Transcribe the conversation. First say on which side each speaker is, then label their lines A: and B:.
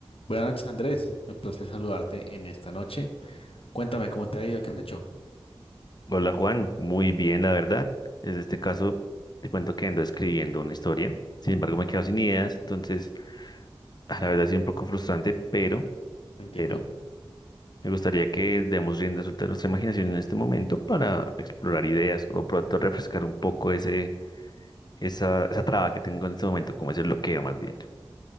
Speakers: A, on the left; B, on the left.
A: Buenas noches, Andrés. Me place saludarte en esta noche. Cuéntame cómo te ha ido, qué has hecho.
B: Hola Juan, muy bien la verdad. En este caso te cuento que ando escribiendo una historia. Sin embargo, me quedo sin ideas, entonces a la verdad ha sido un poco frustrante, pero,
A: Entiendo.
B: pero me gustaría que demos rienda suelta a nuestra imaginación en este momento para explorar ideas o pronto refrescar un poco ese, esa, esa traba que tengo en este momento, como ese bloqueo más bien.